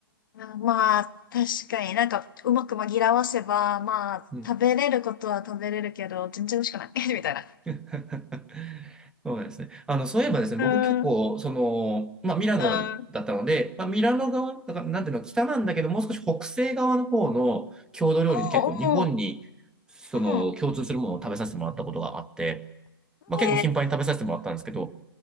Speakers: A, on the left (about 60°); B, in the centre.
A: ー、まあ、確かになんか、うまく紛らわせば、まあ、
B: うん
A: 食べれることは食べれるけど、全然美味しくない。<laughs> みたいな。
B: <laughs> そうですね。あの、そういえばですね、
A: うん、
B: 僕結構、
A: うん。
B: その、まあ、ミラノだったので、
A: うん
B: まあ、ミラノ側、だから、なんていうの、北なんだけど、もう少し北西側の方の郷土料理で結構日本に、
A: おう
B: その、
A: おう、
B: 共通するものを食べさせてもらったことがあって、まあ、
A: うん。
B: 結構頻繁に食べさせてもらったんですけど、
A: え、